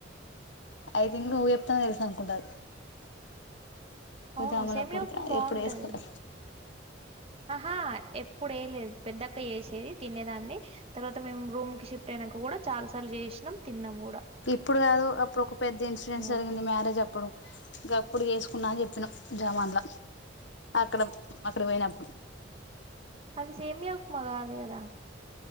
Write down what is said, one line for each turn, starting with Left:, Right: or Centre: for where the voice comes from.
Left: ఐ థింక్ నువ్వు చెప్తేనే తెలుసు అనుకుంటా అది
Right: అవును
Left: జాముల
Right: సేమియా
Left: కోరిక
Right: ఉప్మా బావుంటది.
Left: ఎప్పుడు చేసుకోలే
Right: ఆహా ఎప్పుడూ ఏయ లేదు పెద్దక్క చేేసే తినేదాన్ని తర్వాత మేము రూమ్ కి షిఫ్ట్ వెనక గూడా డా చాలా సార్లు చేసినాం తిన్నాము గూ
Left: ఇప్పుడు కాదు అప్పుడు ఒక పెద్ద ఇన్సిడెంట్ జరిగింది
Right: ఉప్మా
Left: మ్యారేజ్ అప్పుడు గప్పుడు వేసుకున్నా అని చెప్పినా జమాన్లా అక్కడ అక్కడకి పోయినప్పుడు
Right: అది సేమ్యా ఉప్మా కాదు గదా